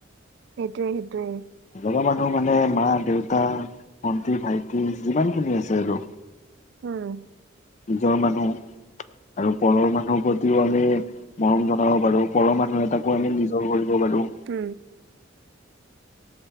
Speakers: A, on the right; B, on the left.
A: সেইটোৱে সেইটোৱেই।
B: ভা মানুহ মানে মা দেউতা ভন্টি ভাইটি যিমানখিনি আছে আৰু।
A: উম।
B: নিজৰ মানুহ। আৰু পৰৰ মানুহৰ প্ৰতিও আমি মৰম জনাব পাৰো পৰৰ মানুহ। আৰু তাকো আমি নিজৰ কৰিব পাৰো।
A: উম